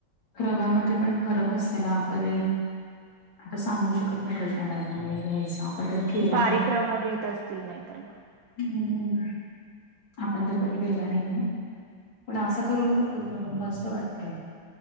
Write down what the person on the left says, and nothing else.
रवामध्ये पण फरक असते ना पण आता सांगू शकत नाय कशा टाईप मध्ये घ्यायचा. कधी केला
हम्मं आपणंतर कधी केला नाहीेये. पण असा करून बघ तु तो मस्त वाटत.